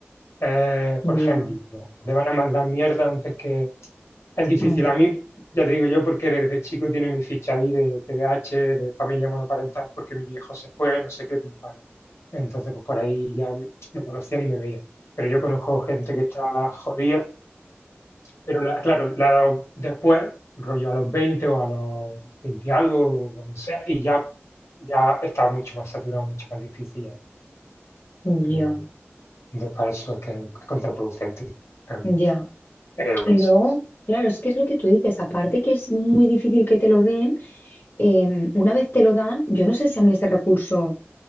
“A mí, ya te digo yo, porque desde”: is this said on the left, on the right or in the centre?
Left